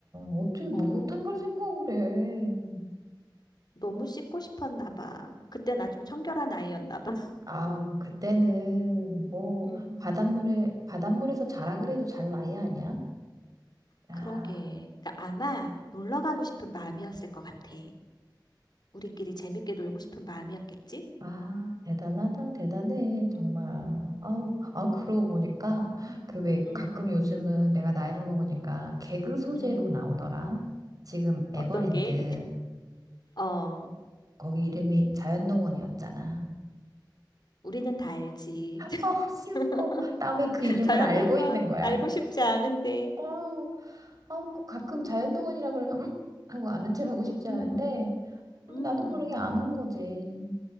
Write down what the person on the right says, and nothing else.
어떻게 목욕탕
갈 생각을 해.
아, 그때는 뭐
바닷물에 바닷물에서 자라 그래도 잘 나이 아니야? 아,
아, 대단하다, 대단해, 정말.
아우, 아, 그러고 보니까 그 왜
가끔 요즘은 내가 나이를 먹으니까 개그 소재로
나오더라. 지금 에버랜드
거기 이름이 자연농원이었잖아.
<laughs> 아,
슬퍼. 나 왜 그 이름을
알고 있는 거야?
어. 아우, 가끔 자연동원이라 그러면, 음? 하고 아는 척 하고 싶지
않은데, 음,
나도 모르게 아는 거지.